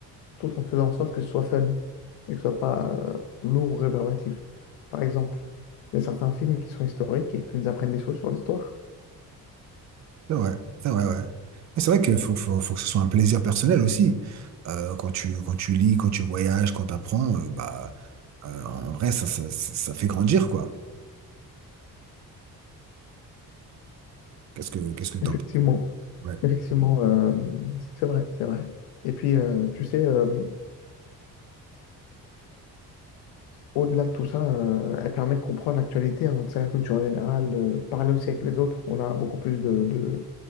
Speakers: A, on the left; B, on the right.
A: tout en faisant en sorte que ce soit fun et que ce soit pas euh, lourd ou rébarbatif. Par exemple, il y a certains films qui sont historiques et qui nous apprennent des choses sur l'histoire.
B: C'est vrai, c'est vrai, ouais. Et c'est vrai qu'il faut, faut, faut que ce soit un plaisir personnel aussi. Euh, quand tu, quand tu lis, quand tu voyages, quand tu apprends, euh, bah, euh, en vrai, ça, ça, ça, ça fait grandir, quoi. Qu'est-ce que, qu'est-ce que t'en...
A: Effectivement,
B: Ouais.
A: effectivement, euh, c'est vrai, c'est vrai. Et puis, euh, tu sais, euh, au-delà de tout ça, euh, elle permet de comprendre l'actualité, hein, tu sais, la culture générale, euh, parler aussi avec les autres. On a beaucoup plus de, de-